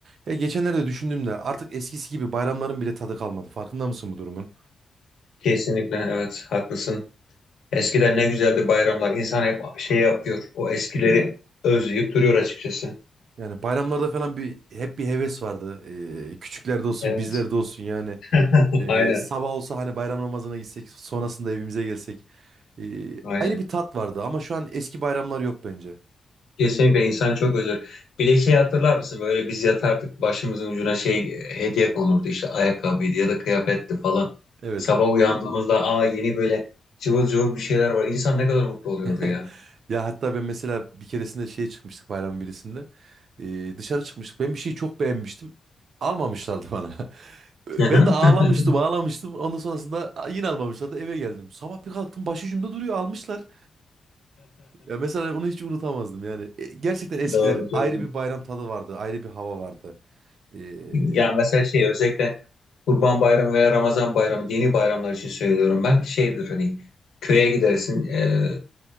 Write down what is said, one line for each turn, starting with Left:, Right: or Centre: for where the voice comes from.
Right: Ya geçenlerde düşündüğümde artık eskisi gibi bayramların bile tadı kalmadı. Farkında mısın bu durumun?
Left: Kesinlikle evet haklısın. Eskiden ne güzeldi bayramlar. İnsan hep şey yapıyor. O eskileri özleyip duruyor açıkçası.
Right: Yani bayramlarda falan bir hep bir heves vardı. Ee, küçüklerde olsun,
Left: Evet.
Right: bizlerde olsun yani.
Left: <laughs>
Right: Ee,
Left: Aynen.
Right: sabah olsa hani bayram namazına gitsek, sonrasında evimize gelsek. Ee,
Left: Aynen.
Right: ayrı bir tat vardı ama şu an eski bayramlar yok bence.
Left: Kesinlikle insan çok özür. Bir de şey hatırlar mısın? Böyle biz yatardık başımızın ucuna şey e, hediye konurdu işte ayakkabıydı ya da kıyafetti falan.
Right: Evet.
Left: Sabah uyandığımızda aa yeni böyle cıvıl cıvıl bir şeyler var. İnsan ne kadar mutlu oluyordu
Right: <laughs>
Left: ya.
Right: Ya hatta ben mesela bir keresinde şeye çıkmıştık bayramın birisinde. Ee, dışarı çıkmıştık. Ben bir şeyi çok beğenmiştim. Almamışlardı bana. <laughs>
Left: <laughs>
Right: Ben de ağlamıştım ağlamıştım. Ondan sonrasında yine almamışlardı eve geldim. Sabah bir kalktım başucumda duruyor almışlar. Ya mesela onu hiç unutamazdım yani. E, gerçekten eskiler
Left: Doğru. çok
Right: ayrı bir bayram tadı vardı. Ayrı bir hava vardı. Ee,
Left: Ya mesela şey özellikle Kurban Bayramı veya Ramazan Bayramı dini bayramlar için söylüyorum ben. Şeydir hani köye gidersin e,